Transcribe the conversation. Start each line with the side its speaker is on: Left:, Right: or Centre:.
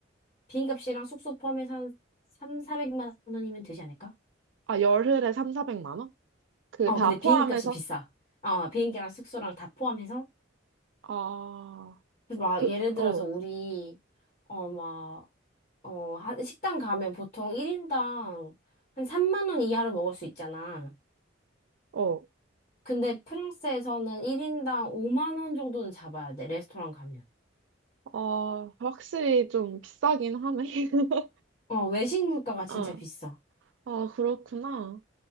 Left: 비행기 값이랑 숙소 포함해서 한 3, 400만 원이면 되지 않을까?
Right: 아, 열흘에 3, 400만 원? 그
Left: 어,
Right: 다
Left: 근데 비행기
Right: 포함해서?
Left: 값이 비싸. 어, 비행기랑 숙소랑 다 포함해서.
Right: 아,
Left: 그래서 막
Right: 그,
Left: 예를 들어서
Right: 어,
Left: 우리, 어, 막, 어, 한 식당 가면 보통 1인당 한 3만 원 이하로 먹을 수 있잖아.
Right: 어.
Left: 근데 프랑스에서는 1인당 5만 원 정도는 잡아야 돼, 레스토랑 가면.
Right: 아, 확실히 좀 비싸긴 하네. <laughs>
Left: 어, 외식 물가가 진짜
Right: 어.
Left: 비싸.
Right: 아, 그렇구나.